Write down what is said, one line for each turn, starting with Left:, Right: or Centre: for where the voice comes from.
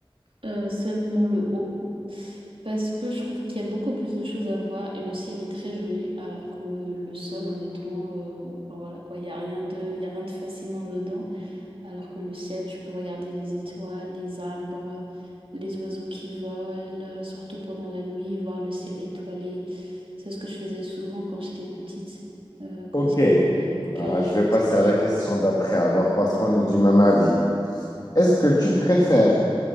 Right: euh, seulement le haut, parce que je trouve qu'il y a beaucoup plus de choses à voir et le ciel est très joli, alors que le sol, honnêtement, euh, enfin voilà quoi, il n'y a rien de, il y a rien de fascinant dedans, alors que le ciel, tu peux regarder les étoiles, les arbres, les oiseaux qui volent, surtout pendant la nuit, voir le ciel étoilé. C'est ce que je faisais souvent quand j'étais petite, euh, quand
Left: Ok.
Right: il y avait des coupures
Left: Bah,
Right: d'électricité
Left: je vais passer à la
Right: chez
Left: question
Right: moi.
Left: d'après alors
Right: Donc,
Left: parce
Right: voilà.
Left: qu'on est du même avis. Est-ce que tu préfères